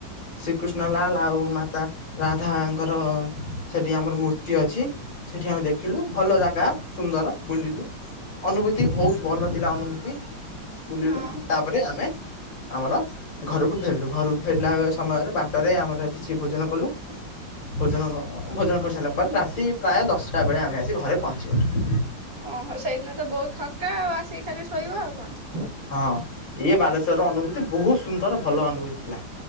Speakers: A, on the left; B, on the right.
A: ଶ୍ରୀକୃଷ୍ଣ ଲାଲ୍ ଆଉ ମାତା ରାଧା ଙ୍କର ସେଠି ଆମର ମୂର୍ତ୍ତି ଅଛି। ସେଠି ଆମେ ଦେଖିଲୁ ଭଲ ଜାଗା ସୁନ୍ଦର ବୁଲିଲୁ। ଅନୁଭୂତି ବହୁତ ଭଲ ଥିଲା ଅନୁଭୂତି ବୁଲିଲୁ
B: ହଁ
A: ତାପରେ ଆମେ ଆମର ଘରକୁ ଫେରିଲୁ ଘରକୁ ଫେରିଲା ସମୟରେ ବାଟରେ ଆମର କିଛି ଭୋଜନ କଲୁ। ଭୋଜନ ଭୋଜନ କରିସାରିଲା ପରେ ରାତି ପ୍ରାୟ ଦଶଟା ବେଳେ ଆମେ ଆସି ଘରେ ପହଞ୍ଚିଗଲୁ।
B: ଓହୋ ସେଇଦିନ ତ ବହୁତ ଥକା ଆଉ ଆସିକି ଖାଲି ଶୋଇବ ଆଉ କଣ।
A: ହଁ ଇଏ ବାଲେଶ୍ୱର ଅନୁଭୂତି ବହୁତ ସୁନ୍ଦର ଭଲ ଅନୁଭୂତି ଥିଲା।